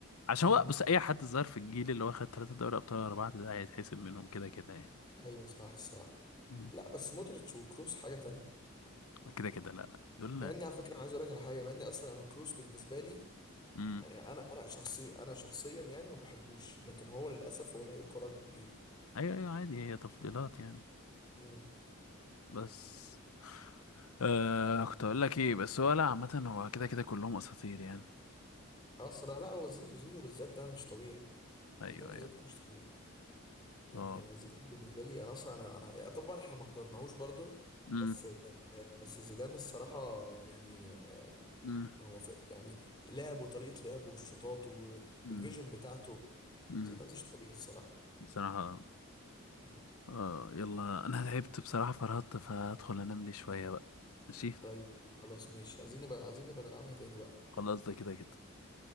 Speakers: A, on the left; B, on the left.
A: عشان
B: امم
A: هو بص اي حد ظهر في الجيل اللي هو خد ثلاثة دوري ابطال ورا بعض ده هيتحسب منهم كده كده يعني
B: ايوه صح الصراحه
A: مم.
B: لا بس مودريتش وكروس حاجه تانية
A: كده كده لا لا دول
B: مع اني على فكره انا عايز اقول لك على حاجه مع اني اصلا انا كروس بالنسبه لي
A: امم
B: ما- يعني انا انا شخصي انا شخصيا يعني ما بحبوش لكن هو للاسف هو لعيب كرة كبير
A: ايوه ايوه عادي هي تفضيلات يعني
B: امم
A: بس آه كنت اقول لك ايه بس هو لا عامة هو كده كده كلهم اساطير يعني
B: اسرع لا هو زيزو زيزو بالذات ده مش طبيعي
A: ايوه
B: زيدان
A: ايوه
B: بالذات مش طبيعي يعني
A: اه
B: انا زيدان بالنسبه لي انا اصلا انا انا يعني طبعا احنا ما حضرناهوش برضو
A: امم
B: بس بس زيدان الصراحه يعني
A: امم
B: ما هو في يعني لعبه وطريقه لعبه والشوطات و-
A: امم
B: والفيجن بتاعته
A: امم
B: زيدان مش طبيعي الصراحه
A: بصراحة
B: مم.
A: اه يلا انا تعبت بصراحة فرهدت فهدخل انام لي شوية بقى ماشي
B: طيب خلاص ماشي عايزين نبقى عايزين نبقى نلعبها تاني بقى
A: خلاص ده كده كده